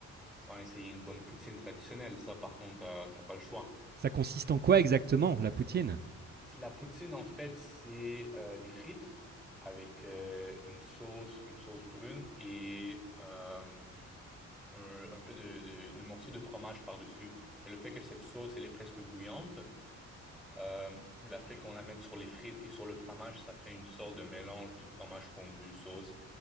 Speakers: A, in the centre; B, on the right.
A: sans essayer une bonne poutine traditionnelle. Ça, par contre, euh, t'as pas le choix.
B: Ça consiste en
A: Euh,
B: quoi exactement, la poutine?
A: La poutine, en fait, c'est euh, des frites avec euh, une sauce, une sauce brune et euh, un, un peu de, de, de morceaux de fromage par-dessus. Et le fait que cette sauce, elle est presque bouillante, euh, le fait qu'on la mette sur les frites et sur le fromage, ça fait une sorte de mélange de fromage fondu, sauce.